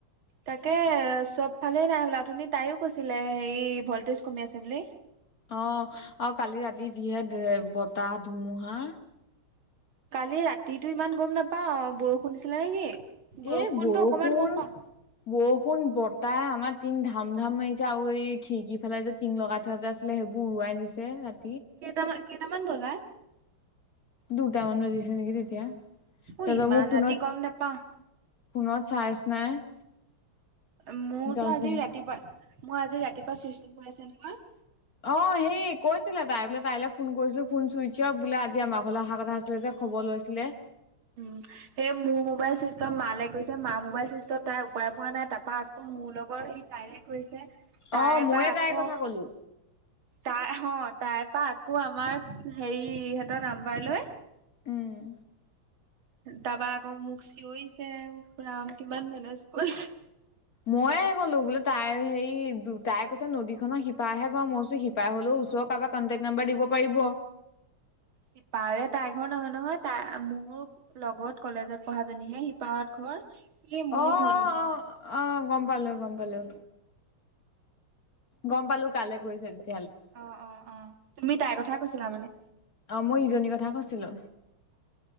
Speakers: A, on the right; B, on the left.
A: তাকে চব ফালে নাই হ'ল অথনি তাইও কৈছিলে হেৰি ভল্টেজ কমি আছে বুলি।
B: অ' আৰু কালি ৰাতি যিহে বতাহ ধুমুহা।
A: কালি ৰাতিৰটো ইমান গম নাপাও বৰষুণ দিছিলে নেকি? বৰষুণতো
B: এ, বৰষুণ
A: অকমান গম পাওঁ
B: বৰষুণ বতাহ আমাৰ তিং ধাম ধাম আহিছে আৰু এই খিৰিকি ফালে যে টিং লগাই থোৱা এটা আছিলে সেইবোৰ উৰুৱাই নিছে ৰা
A: কেইটামান-কেইটামান বজাত?
B: দুটামান বাজিছে নেকি তেতিয়া তাৰপছত
A: অ ইমান
B: মোৰ ফোনত
A: ৰাতি গম
B: ফোনত
A: নাপাও
B: চাৰ্জ নাই।
A: মোৰতো
B: তাৰপিছত
A: আজি ৰাতিপুৱা মই আজি ৰাতিপুৱা <unintelligible> হৈ আছে নহয়।
B: অ' হেই কৈছিলে তাই বোলে তাই ফোন কৰিছিলো ফোন চুইচ অফ বোলে আজি আমাৰ ঘলৈ অহা কথা আছিলে যে খবৰ লৈছিলে।
A: উম, সেই মোৰ মোবাইল চুইটচ অফ মালে কৰিছে মা মোবাইল চুইটচ অফ তাই উপাই পোৱা নাই তাৰপা আকৌ মোৰ লগৰ সেই তাইলে কৰিছে তাইৰ
B: অ
A: পৰা
B: ময়ে
A: আকৌ
B: তাইৰ কথা কলো
A: তাই অ' তাই পৰা আকৌ আমাক হেৰি হঁতৰ নাম্বাৰ লৈ
B: উম।
A: তাৰপা আকৌ মোক চিঞৰিছে উফ্ ৰাম কিমান মেনেজ কৰিছে।
B: ময়ে ক'লো বোলো তাইৰ হেৰি তাই কৈছে নদী খনৰ সিপাৰেহে ঘৰ মই কৈছো সিপাৰে হলেও ওচ কাৰোবাক কণ্টেক্ট নাম্বাৰ দিব পাৰিব।
A: সিপাৰে তাইৰ ঘৰ নহয়, নহয়। তাই, মোৰ লগত কলেজত পঢ়াজনীহে সিপাৰত ঘৰ। এই মোৰ
B: অ', অ',
A: ভন্টিজনী
B: অ', অহ, গম পালোঁ, গম পালোঁ। গম পালোঁ কালে কৰিছে ই
A: অ', অ', অ'। তুমি তাইৰ কথা কৈছিলা মানে?
B: অ', মই ইজনীৰ কথা কৈছিলোঁ।